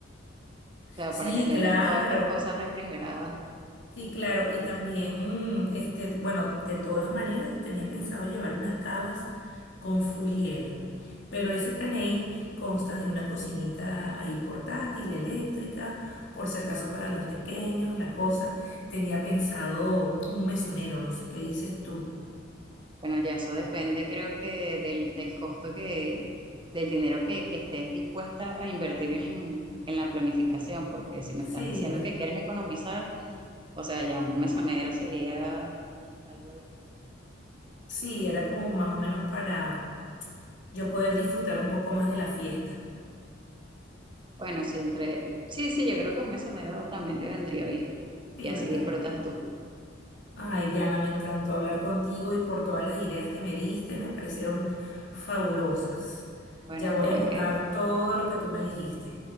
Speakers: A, on the right; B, on the left.
A: o sea,
B: Sí,
A: para que tengas
B: claro.
A: todas estas cosas refrigeradas
B: Sí, claro, y también, este, bueno, de todas maneras tenía pensado llevar unas cavas con full hielo, pero ese caney consta de una cocinita ahí portátil, eléctrica, por si acaso para los pequeños, la cosa. Tenía pensado un mesonero, no sé qué dices tú.
A: Bueno, ya eso depende, creo que del, del costo que, del dinero que, que estés dispuesta a invertir en, en la planificación, porque si me estás
B: Sí,
A: diciendo que quieres economizar, o sea, ya un mesonero sería algo adicional.
B: sí, era como más o menos para yo poder disfrutar un poco más de la fiesta.
A: Bueno, sí, entre, sí, sí, yo creo que un mesonero también te vendría bien
B: Sí,
A: y así
B: ¿verdad?
A: disfrutas tú.
B: Ay, Diana, me encantó hablar contigo y por todas las ideas que me diste, me parecieron fabulosas.
A: Bueno,
B: Ya
A: espero
B: voy a anotar
A: que
B: todo lo que tú me dijiste.